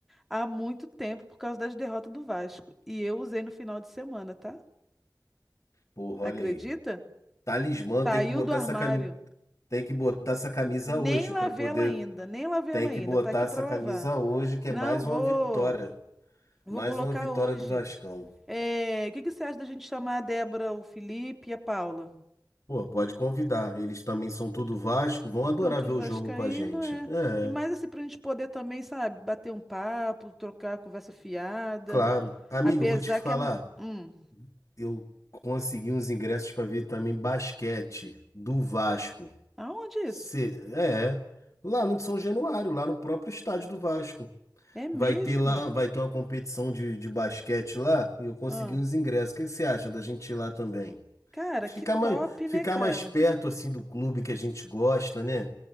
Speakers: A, in the centre; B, on the left.
A: há muito tempo por causa das derrotas do Vasco. E eu usei no final de semana, tá?
B: Porra,
A: Acredita?
B: olha aí. Talismã
A: Saiu
B: tem que botar
A: do armário.
B: essa camisa, tem que botar essa camisa
A: Nem
B: hoje
A: lavei
B: para poder,
A: ela ainda, nem lavei
B: tem
A: ela ainda.
B: que botar
A: Tá aqui
B: essa
A: pra lavar.
B: camisa hoje que
A: Não,
B: é mais
A: vou,
B: uma vitória,
A: vou
B: mais
A: colocar
B: uma vitória
A: hoje.
B: do Vascão.
A: É, o que que você acha da gente chamar a Débora, o Felipe e a Paula?
B: Pô, pode convidar. Eles também são tudo Vasco, vão adorar
A: Então, tudo
B: ver o
A: vascaíno,
B: jogo com a gente.
A: é.
B: É.
A: E mais assim, pra gente poder também, sabe, bater um papo, trocar conversa fiada.
B: Claro. Amigo,
A: Apesar
B: eu vou te falar.
A: que é. Hum,
B: Eu consegui uns ingressos para ver também basquete do Vasco.
A: aonde
B: Cê-
A: isso?
B: é, lá no São Januário, lá no próprio estádio do Vasco.
A: É mesmo?
B: Vai ter lá, vai ter uma competição de, de basquete lá e eu consegui
A: Ah,
B: uns ingressos. O que que você acha da gente ir lá também?
A: cara,
B: Ficar
A: que top,
B: mais, ficar
A: né, cara?
B: mais perto assim do clube que a gente gosta, né?